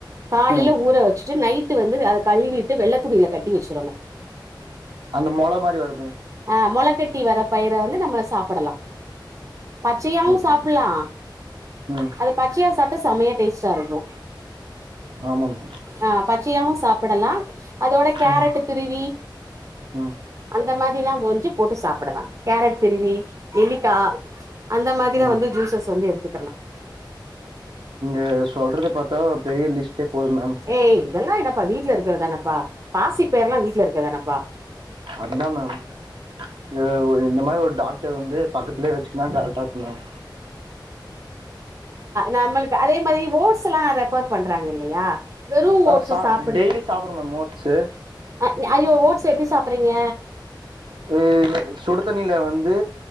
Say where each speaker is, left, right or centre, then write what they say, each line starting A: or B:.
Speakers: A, on the right; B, on the right.
A: காலைல
B: ம்
A: ஊற வச்சுட்டு நைட்டு வந்து அத கழுவீட்டு வெள்ள துணில கட்டி வச்சிறணு
B: அந்த மொள மாரி வருமே
A: ஆ மொளக்கட்டி வர பயிர வந்து நம்ம சாப்படலா பச்சையாவு
B: ஓகே
A: சாப்புல்லா
B: மேம் ம்
A: அது பச்சையா சாப்ட்டா செமையா டேஸ்ட்டா இருக்கு
B: ஆமா மேம்
A: ஆ பச்சையாவு சாப்படலா அதோட கேரட்ட
B: ம்
A: துருவி
B: ம்
A: அந்த மாதில்லா ஓஞ்சு போட்டு சாப்பிடலா கேரட் திருவி நெல்லிக்கா அந்த மாதிலா
B: ம்
A: வந்து ஜூசஸ் வந்து எடுத்துக்கர்லா
B: அ சொல்றத பாத்தா பெரிய லிஸ்ட்டே போது மேம்
A: ஏ இதெல்லா என்னப்பா வீட்ல இருக்கிறதானப்பா பாசி பயர்ல்லா வீட்ல இருக்கதானப்பா
B: அதுதா மேம் அ ஒ இந்த மாரி ஒரு டாக்டர் வந்து பக்கத்திலே வச்சுக்கனா கரெக்டா இருக்கு மேம்
A: நம்மளுக்கு அதே மாரி ஓட்ஸ்ல்லா ரெஃபர் பண்றாங்க இல்லையா வெறு
B: ஆ
A: ஓட்ஸு
B: சா
A: சாப்புடு
B: டெய்லி சாப்பற மேம் ஓட்ஸு
A: அ ஐயோ ஓட்ஸ் எப்டி சாப்பறீங்க
B: அ சுடு தண்ணீல வந்து